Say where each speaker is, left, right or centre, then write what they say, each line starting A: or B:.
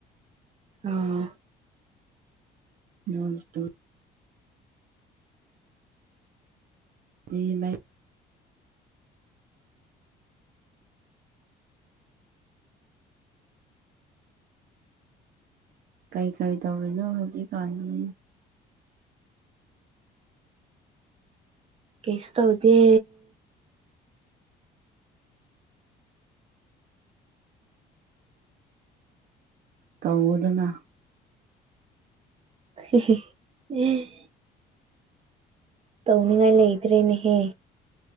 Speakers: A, on the right; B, on the right.
A: ꯑꯥ
B: <inaudible> ꯇꯤ ꯃꯩ ꯀꯩ ꯀꯩ ꯇꯧꯔꯤꯅꯣ ꯍꯧꯖꯤꯛꯀꯥꯟꯗꯤ
A: ꯀꯩꯁꯨ ꯇꯧꯗꯦ
B: ꯇꯧꯋꯣꯗꯅ
A: <unintelligible> ꯇꯧꯅꯤꯡꯉꯥꯏ ꯂꯩꯇ꯭ꯔꯦꯅꯦꯍꯦ